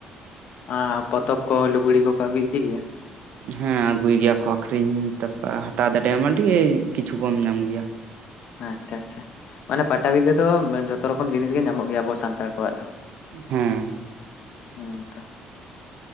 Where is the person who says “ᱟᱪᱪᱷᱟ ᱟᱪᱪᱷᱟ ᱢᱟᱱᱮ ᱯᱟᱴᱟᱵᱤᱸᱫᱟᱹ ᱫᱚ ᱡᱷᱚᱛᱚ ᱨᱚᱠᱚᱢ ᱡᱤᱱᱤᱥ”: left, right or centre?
Left